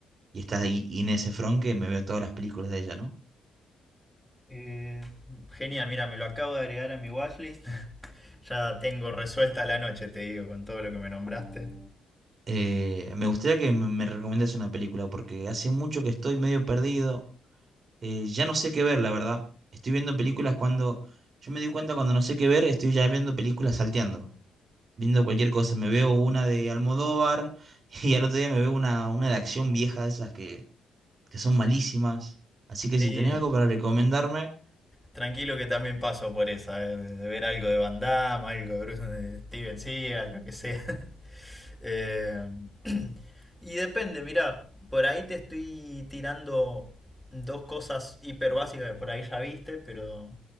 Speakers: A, on the right; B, in the centre.
A: y está I- Inés Efron, que me veo todas las películas de ella, ¿no?
B: Eh, genial, mira, me lo acabo de agregar a mi watchlist. <laughs> Ya tengo resuelta la noche, te digo, con todo lo que me nombraste.
A: Eh, me gustaría que me, me recomiendas una película porque hace mucho que estoy medio perdido. Eh, ya no sé qué ver, la verdad. Estoy viendo películas cuando... Yo me di cuenta cuando no sé qué ver, estoy ya viendo películas salteando. viendo cualquier cosa. Me veo una de Almodóvar <laughs> y al otro día me veo una, una de acción vieja de esas que, que son malísimas. Así que
B: Sí,
A: si tenés algo para recomendarme,
B: tranquilo que también paso por esa, eh, de de ver algo de Van Damme, algo de Bruce, de Steven Seagal, lo que sea. <laughs> Eh, <clears throat> y depende, mira, por ahí te estoy tirando dos cosas hiper básicas que por ahí ya viste, pero